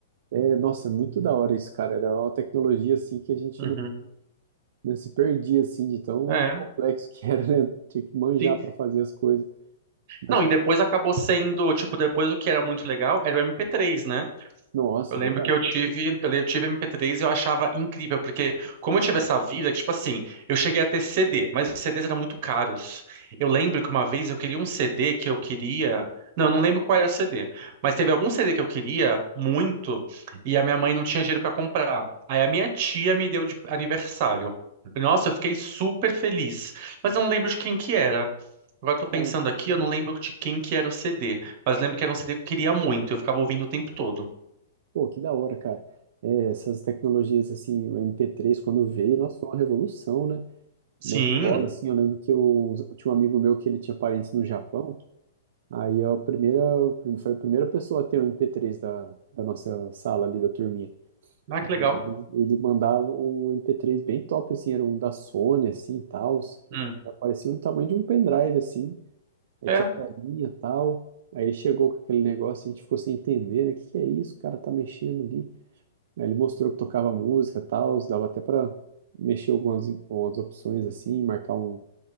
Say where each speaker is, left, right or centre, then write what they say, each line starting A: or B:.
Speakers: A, on the right; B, on the right.
A: É, nossa, muito da hora isso, cara. Era uma tecnologia, assim, que a gente
B: Uhum.
A: não, não se perdia, assim, de tão
B: É,
A: complexo que <laughs> era, né? Tinha que manjar
B: sim.
A: para fazer as coisas. Mas
B: Não, e depois acabou sendo, tipo, depois o que era muito legal era o MP3, né?
A: Nossa,
B: Eu lembro
A: verdade.
B: que eu tive, eu le- eu tive MP3 e eu achava incrível, porque como eu tive essa vida, que, tipo assim, eu cheguei a ter CD, mas os CDs eram muito caros. Eu lembro que uma vez eu queria um CD que eu queria. Não, eu não lembro qual era o CD, mas teve algum CD que eu queria muito e a minha mãe não tinha dinheiro para comprar. Aí a minha tia me deu de aniversário. Nossa, eu fiquei super feliz, mas eu não lembro de quem que era. Agora eu tô pensando
A: Que
B: aqui, eu não lembro de quem que era o CD, mas lembro que era um CD que eu queria muito, eu ficava ouvindo o tempo todo.
A: Pô, que da hora, cara. É, essas tecnologias, assim, o MP3, quando veio, nossa, foi uma revolução, né?
B: Sim.
A: Na escola, assim, eu lembro que eu, eu tinha um amigo meu que ele tinha parentes no Japão, aí a primeira, foi a primeira pessoa a ter o MP3 da, da nossa sala ali, da turminha.
B: Ah, que
A: Ele,
B: legal.
A: ele mandava um MP3 bem top, assim, era um da Sony, assim, e tal.
B: Hum.
A: Parecia o tamanho de um pendrive, assim. Aí
B: É.
A: tinha telinha e tal. Aí ele chegou com aquele negócio, a gente ficou sem entender, né? O que que é isso? O cara tá mexendo ali. Aí ele mostrou que tocava música e tal, dava até pra mexer algumas, algumas opções assim, marcar um,